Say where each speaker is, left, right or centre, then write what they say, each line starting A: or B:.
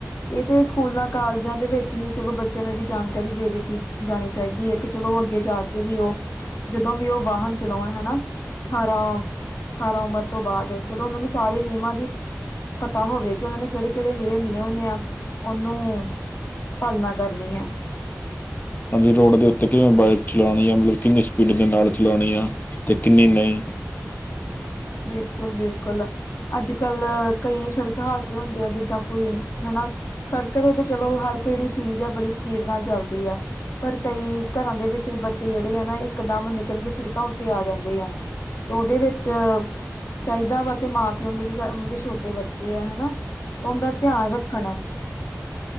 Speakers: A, on the left; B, on the left.
A: ਇਹ ਤੇ ਸਕੂਲਾਂ ਕਾਲਜਾਂ ਦੇ ਵਿੱਚ ਹੀ ਚਲੋ ਬੱਚਿਆਂ ਨੂੰ ਇਹਦੀ ਜਾਣਕਾਰੀ ਦੇ ਦਿੱਤੀ ਜਾਣੀ ਚਾਹੀਦੀ ਹੈ ਕਿ ਚਲੋ ਅੱਗੇ ਜਾ ਕੇ ਵੀ ਉਹ ਜਦੋਂ ਵੀ ਉਹ ਵਾਹਨ ਚਲਾਉਣ ਹਨਾ ਅਠਾਰਾਂ ਅਠਾਰਾਂ ਉਮਰ ਤੋਂ ਬਾਅਦ ਚਲੋ ਉਹਨਾਂ ਨੂੰ ਸਾਰੇ ਨਿਯਮਾਂ ਦੀ ਪਤਾ ਹੋਵੇ ਕਿ ਉਹਨਾਂ ਦੇ ਕਿਹੜੇ ਕਿਹੜੇ ਜਿਹੜੇ ਨਿਯਮ ਆ ਉਹਨੂੰ ਪਾਲਣਾ ਕਰਨੀ ਆ
B: ਹਾਂ ਜੀ ਰੋਡ ਦੇ ਉੱਤੇ ਕਿਵੇਂ ਬਾਈਕ ਚਲਾਉਣੀ ਆ। ਕਿੰਨੀ ਸਪੀਡ ਦੇ ਨਾਲ ਚਲਾਉਣੀ ਆ ਤੇ ਕਿੰਨੀ ਨਹੀਂ।
A: ਬਿਲਕੁਲ ਬਿਲਕੁਲ। ਅੱਜ ਕੱਲ ਕਈ ਸੜਕ ਹਾਦਸੇ ਹੁੰਦੇ ਆ। ਜਿੱਦਾਂ ਕੋਈ ਹੈਨਾ। ਸੜਕ ਤੇ ਤੇ ਚਲੋ ਹਰ ਇੱਕ ਜਿਹੜੀ ਚੀਜ਼ ਆ ਬੜੀ ਸਪੀਡ ਨਾਲ ਚੱਲਦੀ ਆ। ਪਰ ਕਈ ਘਰਾਂ ਦੇ ਵਿੱਚ ਬੱਚੇ ਜਿਹੜੇ ਆ ਨਾ। ਇਕ ਦਮ ਨਿਕਲ ਕੇ ਸੜਕਾਂ ਉੱਤੇ ਆ ਜਾਂਦੇ ਆ। ਉਹਦੇ ਵਿੱਚ। ਚਾਹੀਦਾ ਵਾ ਕਿ ਮਾਂ ਪਿਓ ਨੂੰ ਜਿਹੜੇ ਉਹਨਾਂ ਦੇ ਛੋਟੇ ਬੱਚੇ ਆ ਹੈ ਨਾ ਉਹਦਾ ਧਿਆਨ ਰੱਖਣ।